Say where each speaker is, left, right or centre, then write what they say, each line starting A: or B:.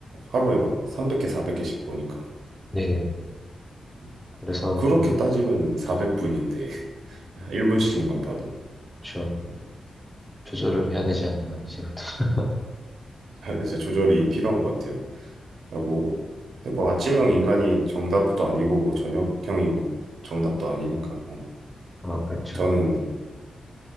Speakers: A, on the right; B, in the centre.
A: 하루에 막 300개 400개씩 보니까
B: 네네.
A: 음.
B: 그래서
A: 그렇게
B: 좀,
A: 따지면은 400분인데 1분씩만 <laughs> 봐도.
B: 저
A: 음.
B: 조절을 해야 되지 않나 이제부터 <laughs>
A: 음. <laughs> 이제 조절이 필요한 것 같아요. 그러니까 뭐, 근데 뭐 아침형 인간이 정답도 아니고 뭐 저녁형이 뭐 정답도 아니니까 뭐
B: 아 그렇죠
A: 저는